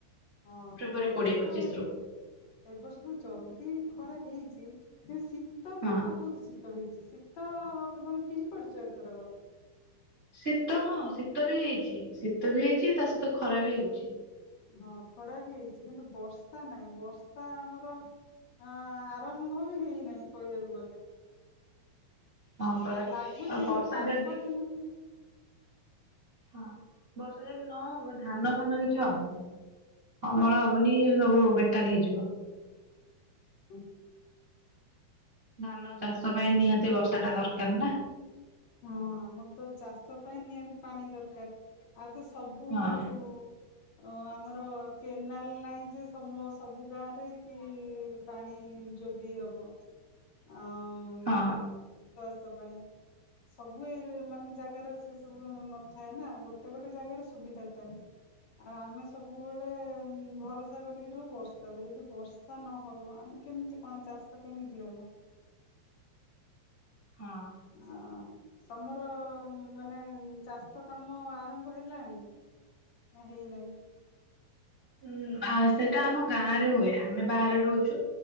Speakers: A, on the left; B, on the right.
A: ହଁ
B: ଫେବୃଆାରୀ
A: ଜଲଦି
B: କୋଡିଏ ପଚିଶ
A: ତ ଏ
B: ରୁ।
A: ବର୍ଷ ତ ଜଲଦି ଖରା ହେଇଚି ଶୀତ
B: ହଁ
A: ବି ବହୁତ ଶୀତ ହେଇଚି ଶୀତ ତ ତମେ ଫିଲ୍ କରିଛ ଏଥରକ?
B: ଶୀତ ହଁ ଶୀତ ବି ହେଇଚି ଶୀତ ବି ହେଇଚି ତା ସହିତ ଖରା ବି ହେଉଚି।
A: ହଁ ଖରା ବି ହେଇଚି କିନ୍ତୁ ବର୍ଷା ନାହିଁ ବର୍ଷା ଆମର ଅଂ ଆଁ ଆରମ୍ଭ ବି ହେଇନାହିଁ କହିବାକୁ ଗଲେ।
B: ହଁ ପରା
A: ଲାଗୁଛି
B: ଆଉ
A: ଏମିତି
B: ବର୍ଷା
A: ପାଗ
B: ଯଦି
A: ଯେମିତି
B: ହଁ ବର୍ଷା ଯଦି ନ ହବ ଧାନ ଫାନ କିଛି ହବନି। ଅମଳ ହବନି ସବୁ ବେକାର ହେଇଯିବ।
A: ହୁ।
B: ଧାନ। ଚାଷ ପାଇଁ ନିହାତି ବର୍ଷା ଟା ଦରକାର ନା
A: ହଁ ଆମର ତ ଚାଷ ପାଇଁ ନିହାତି ପାଣି ଦରକାର ଆଉ ଯୋଉ ସବୁ ଉ
B: ହଁ
A: ଓ ଆମର କେନାଲ ନାହିଁ ଯେ ସବୁ ଗାଁ ରେ କି ପାଣିଇ ଯୋଗେଇ ହବ ଆଉଁ
B: ହଁ।
A: ସେଥି ପାଇଁ। ସବୁ ଏ ମାନେ ଜାଗାର ସେ ସବୁ ନଥାଏ ନା ଗୋଟେ ଗୋଟେ ଜାଗାରେ ସୁବିଧା ଥାଏ। ଆଉ ଆମେ ସବୁବେଳେ ଭରସା କରିକି ରହୁ ବର୍ଷାକୁ ଯଦି ବର୍ଷା ନହବ ଆମ। କେମିତି କଣ ଚାଷ କେମିତି ହବ।
B: ହଁ।
A: ଆ ତମର ମାନେ ଚାଷ କାମ ଆରମ୍ଭ ହେଲାଣି। ହେଇନାହିଁ।
B: ହୁଁ ଆ ସେଇଟା ଆମ ଗାଁ ରେ ହୁଏ ଆମେ ବାହାରେ ରହୁଛୁ